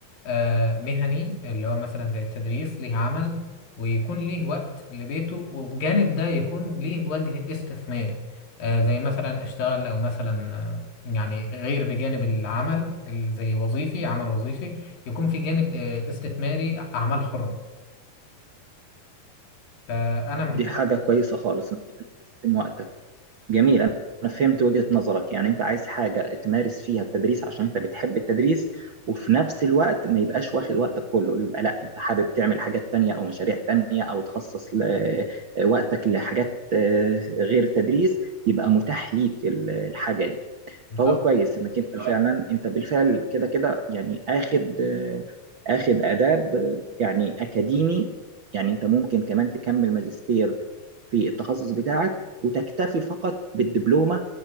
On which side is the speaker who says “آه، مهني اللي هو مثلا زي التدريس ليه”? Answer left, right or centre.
Left